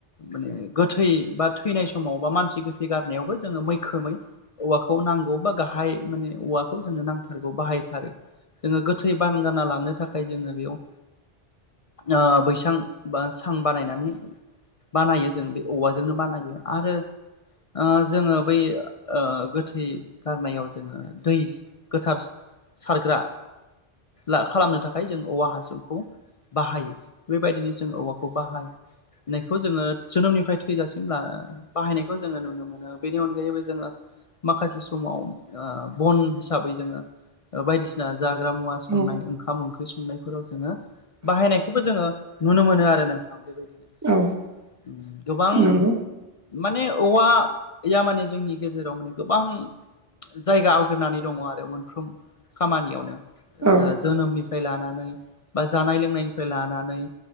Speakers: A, on the left; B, on the right.
A: माने गोथै बा थैनाय समाव बा मानसि गोथै गारनायावबो जोङो मैखोमै औवाखौ नांगौ बा गाहाय माने औवाखौ जोंनो नांथारगौ बाहायथारो। जोङो गोथै बानगारना लांनो थाखाय जोङो बेयाव ओ बैसां बा सां बानायनानै बानायो जों बे औवाजोंनो बानायो आरो ओ जोङो बै ओ गोथै गारनायाव जोङो दै गोथार सारग्रा ला खालामनो थाखाय जों औवा हासुखौ बाहायो बेबायदिनो जों औवाखौ बाहाय होननायखौ जोङो जोनोमनिफ्राय थैजासिम ला ओ बाहायनायखौ जोङो नुनो मोनो। बेनि अनगायैबो जोङो माखासे समाव ओ बन हिसाबै जोङो ओ बायदिसिना जाग्रा मुवा संनाय
B: औ
A: ओंखाम-ओंख्रि संनायफोराव जोङो बाहायनायखौबो जोङो नुनो मोनो आरो नोंथां। बेबायदिनो
B: औ
A: उम गोबां
B: नंगौ
A: माने औवाया माने जोंनि गेजेराव माने गोबां जायगा आवग्रिनानै दङ आरो मोनफ्रोम खामानियावनो
B: औ
A: जो जोनोमनिफ्राय लानानै बा जानाय लोंनायनिफ्राय लानानै